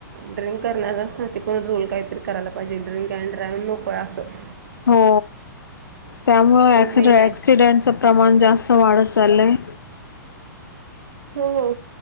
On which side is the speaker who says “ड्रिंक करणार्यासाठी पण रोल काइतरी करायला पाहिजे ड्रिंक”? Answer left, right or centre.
Right